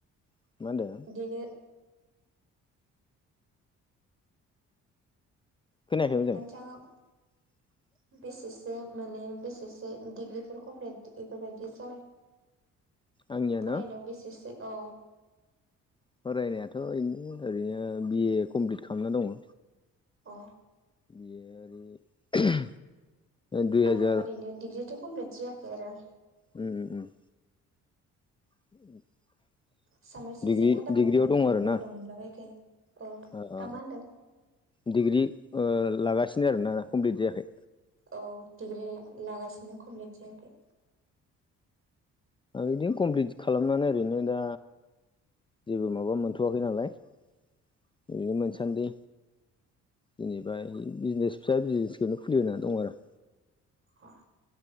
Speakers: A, on the left (about 15°); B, on the right (about 45°).
A: होनदों
B: इदिनो।
A: खोनायाखै मोजाङै
B: नोंथाङाव
A: <inaudible>
B: <unintelligible>
A: आंनिया
B: फरायनायाव
A: ना
B: बेसेसो अ
A: फरायनायाथ' बिनो ओरैनो बिए कमप्लिट खालामना दङ
B: अ
A: बियो ओरै दुइ
B: आंनाबो
A: हाजार
B: ओरैनो डिग्रिथ' कमप्लिट जायाखै आरो
A: उम उम उम <inaudible>
B: सामार सिजेनादा
A: डिग्रि
B: बन्द'
A: डिग्रियाव दङ आरो
B: बन्द'
A: ना
B: मोनलाबायखो अ दा
A: अ अ
B: मा होनदों
A: डिग्रि ओ लागासिनो आरोना कमप्लिट जायाखै
B: औ डिग्रि लागासिनो कमप्लिट जायाखै
A: बिदिनो कमप्लिट खालामनानै ओरैनो दा जेबो माबा मोनथ'वाखै नालाय बिदिनो मोनसान्दि जेनेबा बिजिनेस फिसा बिजिनेसखौनो खुलिनानै दं आरो
B: अ